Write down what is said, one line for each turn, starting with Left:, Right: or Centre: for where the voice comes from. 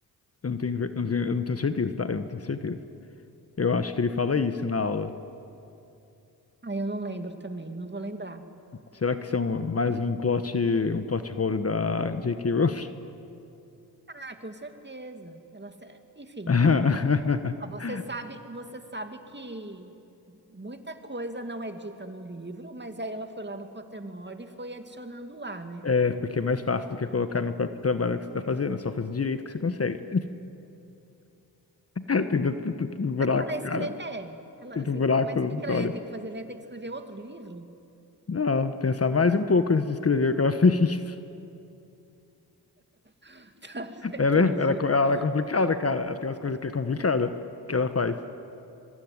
Left: Eu não tenho, ver- eu não tenho, eu não tenho certeza, tá? Eu não tenho certeza. Eu acho que ele fala isso na aula.
Right: Aí eu não lembro também, não vou lembrar.
Left: Será que são mais um plot, um plot hole da J.K. Rowling?
Right: Ah, com certeza. Ela, se- enfim.
Left: <laughs>
Right: Ah, você sabe, você sabe que muita coisa não é dita no livro, mas aí ela foi lá no Pottermore e foi adicionando lá, né?
Left: É, porque é mais fácil do que colocar no próprio trabalho que você tá fazendo, é só fazer direito que você consegue. <laughs> Tem tanto, tanto buraco,
Right: Mas ela escreve,
Left: cara.
Right: é, ela,
Left: Tanto
Right: assim,
Left: buraco
Right: mas
Left: na
Right: o que que
Left: história.
Right: ela ia ter que fazer? Ela ia ter que escrever outro livro?
Left: Não, pensar mais um pouco antes de escrever o que ela <laughs> fez.
Right: <laughs> Entendi.
Left: Ela é, ela, é co- ela é complicada, cara. Ela tem umas coisas que é complicada que ela faz.